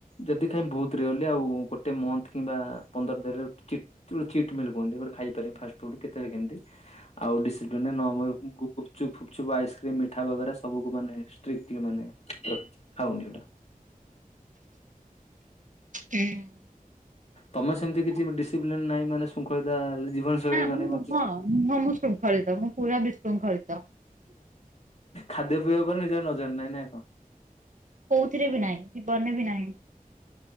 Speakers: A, on the left; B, on the right.
A: ଯଦି ଖାଇବି, ବହୁତ ରେଅରିଲି ଆଉ ଗୋଟେ ମନ୍ଥ କିମ୍ବା ପନ୍ଦର ଦିନ <unintelligible> <unintelligible> ଖାଇପାରେ ଫାଷ୍ଟଫୁଡ କେତେବେଳେ କେମିତି? ଆଉ ଡିସିପ୍ଲିନ ଗୁୁପ ଗୁପଚୁପ, ଆଇସ୍କ୍ରିମ୍, ମିଠା ବଗେରା, ସବୁ ମାନେ ଷ୍ଟ୍ରିକ୍ଟଲି ମାନେ ଖାଉନି ସେଉଡା।
B: ହୁଁ ଉଁ
A: ତମେ ସେମିତି କିଛି ଡିସିପ୍ଲିନ ନାହିଁ, ମାନେ ଶୃଙ୍ଖଳତା ଜୀବନଶୈଳୀ
B: ମୁଁ
A: ମାନେ ବଞ୍ଚିଛ।
B: ହଁ ନା ମୁଁ ଶୃଙ୍ଖଳିତ, ମୁଁ ପୁରା ବିଶୃଙ୍ଖଳିତ।
A: ଖାଦ୍ୟ ପେୟ ଉପରେ ନିଜର ନଜର ନହିଁ ନାଇ କଣ?
B: କୋଉଥିରେ ବି ନାହିଁ ଜୀବନରେ ବି ନାହିଁ।